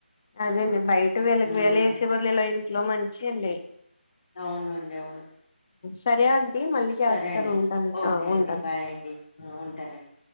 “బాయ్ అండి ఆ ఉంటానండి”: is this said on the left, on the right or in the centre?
Left